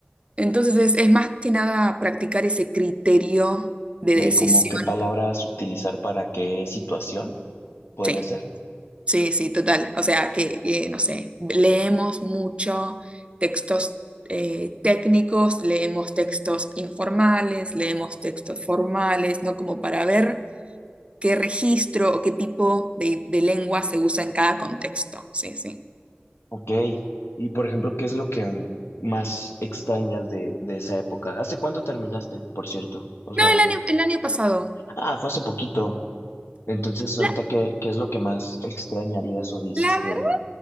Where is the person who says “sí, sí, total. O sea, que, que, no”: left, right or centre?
Right